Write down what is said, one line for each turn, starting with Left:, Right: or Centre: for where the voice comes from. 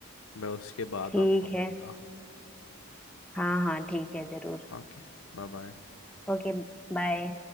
Left: मैं उसके बाद
Centre: ठीक
Left: आपको
Centre: है
Left: मिलता
Centre: हाँ हाँ ठीक है जरूर
Left: हूँ Okay bye bye
Centre: Okay bye